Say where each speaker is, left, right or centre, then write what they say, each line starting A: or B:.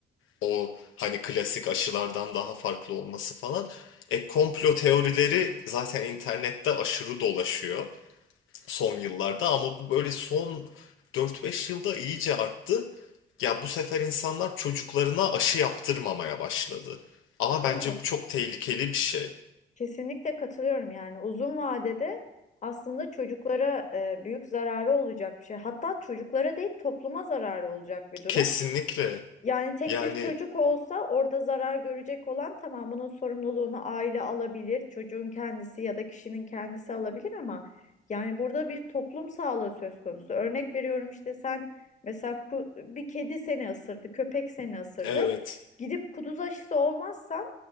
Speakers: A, on the left; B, on the left.
A: o hani klasik aşılardan daha farklı olması falan. E komplo teorileri zaten internette aşırı dolaşıyor son yıllarda ama bu böyle son dört beş yılda iyice arttı. Ya bu sefer insanlar çocuklarına aşı yaptırmamaya başladı. Ama
B: Evet.
A: bence bu çok tehlikeli bir şey.
B: Kesinlikle katılıyorum yani uzun vadede aslında çocuklara e, büyük zararı olacak bir şey. Hatta çocuklara değil topluma zararı olacak bir durum.
A: Kesinlikle.
B: Yani tek
A: Yani
B: bir çocuk olsa orada zarar görecek olan tamam bunun sorumluluğunu aile alabilir, çocuğun kendisi ya da kişinin kendisi alabilir ama yani burada bir toplum sağlığı söz konusu. Örnek veriyorum işte sen mesela ku- bir kedi seni ısırdı, köpek seni ısırdı.
A: evet
B: Gidip kuduz aşısı olmazsan